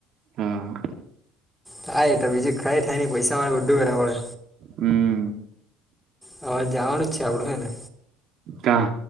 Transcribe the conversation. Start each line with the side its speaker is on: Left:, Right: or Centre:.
Right: હા.
Centre: થા એટ તો બીજું ખાઈ થાય ને પૈસા મારે બધું કરે પડે
Right: હમ
Centre: હવે જવાનું છે આપડું હ ને
Right: કા